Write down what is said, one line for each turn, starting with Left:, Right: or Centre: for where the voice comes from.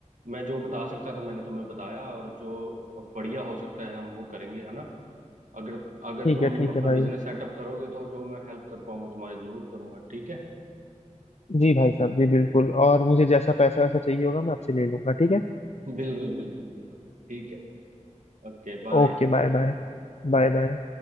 Right: मैं जो बता सकता था मैंने तुम्हें बताया और जो बढ़िया हो सकता है हम वो करेंगे है ना अगर अगर
Left: ठीक
Right: तुम
Left: है ठीक
Right: अपना
Left: है भाई
Right: बिजनेस सेटअप करोगे तो जो मैं हेल्प कर पाऊंगा तुम्हारी जरूर करूंगा ठीक है <laughs>
Left: जी भाई साहब जी बिल्कुल और मुझे जैसा पैसा वैसा चाहिए होगा मैं आपसे ले लूंगा ठीक है
Right: बिल्कुल बिल्कुल बिल्कुल ठीक है Okay bye
Left: Okay bye Bye bye Bye